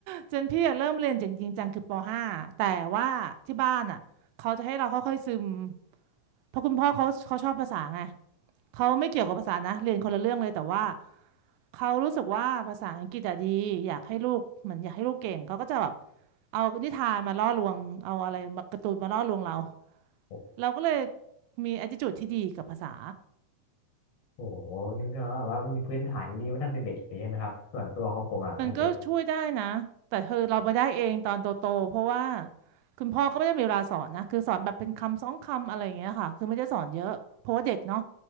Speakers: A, on the right (about 85°); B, on the left (about 60°).
A: เจนพี่อะเริ่มเรียนจริงๆจังคือป .5 แต่ว่าที่บ้านอะเขาจะให้เราค่อยๆซึมเพราะคุณพ่อเขาเขาชอบภาษาไงเขาไม่เกี่ยวกับภาษานะเรียนคนละเรื่องเลยแต่ว่า เขารู้สึกว่าภาษาอังกฤษอะดีอยากให้ลูกเหมือนอยากให้ลูกเก่งเขาก็จะแบบเอานิทานมาล่อลวงเอาอะไรมาการ์ตูนมาล่อลวงเรา
B: โอ้
A: เราก็เลยมี attitude ที่ดีกับภาษา
B: โหงั้นก็แบบว่ามีพื้นฐานดีๆมาตั้งแต่เด็กเลยใช่ไหมครับส่วนตัวของผมอ่ะมันเป็น
A: มันก็ช่วยได้นะแต่คือเราไปได้เองตอนโตๆเพราะว่าคุณพ่อก็ไม่ได้มีเวลาสอนนะคือสอนแบบเป็นคำสองคำอะไรอย่างเงี้ยค่ะคือไม่ได้สอนเยอะเพราะว่าเด็กเนาะ